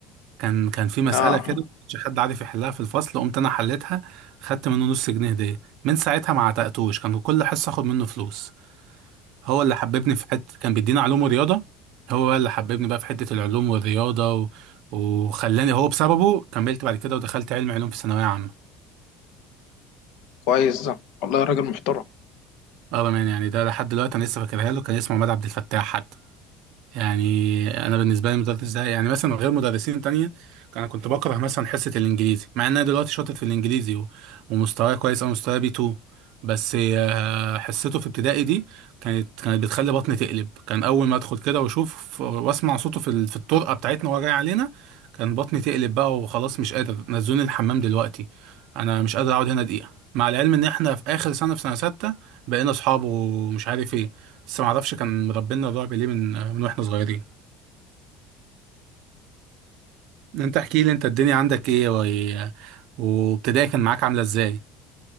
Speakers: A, on the right; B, on the left.
A: كان كان في مسألة
B: آه
A: كده ما كانش حد عارف يحلها في الفصل قمت أنا حليتها خدت منه نص جنيه هدية من ساعتها ما عتقتوش كان كل حصة آخد منه فلوس هو اللي حببني في حتة كان بيدينا علوم ورياضة هو بقى اللي حببني بقى في حتة العلوم والرياضة و... وخلاني هو بسببه كملت بعد كده ودخلت علم علوم في ثانوية عامة
B: كويس ده والله راجل محترم
A: اه بأمانة يعني ده لحد دلوقتي أنا لسه فاكرها له كان اسمه عماد عبد الفتاح حتى يعني انا بالنسبه لي المدرس ده يعني مثلا غير مدرسين تانية انا كنت بكره مثلا حصه الانجليزي مع ان انا دلوقتي شاطر في الانجليزي و- ومستواي كويس او مستواي بي 2 بس آه، حصته في ابتدائي دي كانت كانت بتخلي بطني تقلب كان اول ما ادخل كده واشوف واسمع صوته في ال- في الطرقه بتاعتنا وهو جاي علينا كان بطني تقلب بقى وخلاص مش قادر نزلوني الحمام دلوقتي انا مش قادر اقعد هنا دقيقه مع العلم ان احنا في اخر سنه في سنه سته بقينا اصحاب ومش عارف ايه بس ما اعرفش كان مربينا الرعب ليه من من واحنا صغيرين انت احكي لي انت الدنيا عندك ايه و... وابتدائي كان معاك عامله ازاي